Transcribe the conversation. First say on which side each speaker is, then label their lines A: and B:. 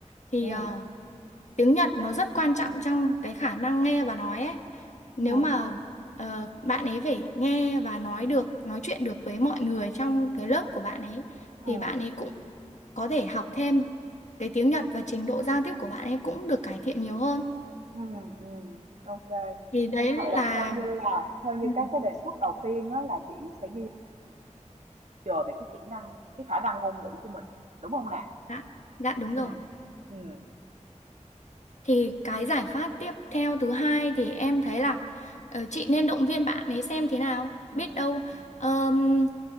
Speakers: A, on the left; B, on the right.
A: thì
B: ừ
A: ờ, tiếng Nhật nó rất quan trọng trong cái khả năng nghe và nói ấy. Nếu
B: ừ
A: mà ờ, bạn ấy phải nghe và nói được, nói chuyện được với mọi người trong cái lớp của bạn ấy
B: ừ
A: thì bạn ấy cũng có thể học thêm cái tiếng Nhật và trình độ giao tiếp của bạn ấy cũng được cải thiện nhiều hơn.
B: ừ ừ ok
A: Thì đấy
B: Như vậy
A: là
B: là theo như là theo như
A: Ừ.
B: các cái đề xuất đầu tiên á là chị sẽ ghi giờ về cái kỹ năng, cái khả năng ngôn ngữ của mình, đúng không nè?
A: dạ, dạ đúng
B: ừ
A: rồi.
B: ừ
A: Thì cái giải pháp tiếp theo thứ hai thì em thấy là ờ, chị nên động viên bạn ấy xem thế nào.
B: ừ
A: Biết đâu
B: ừ
A: ờm,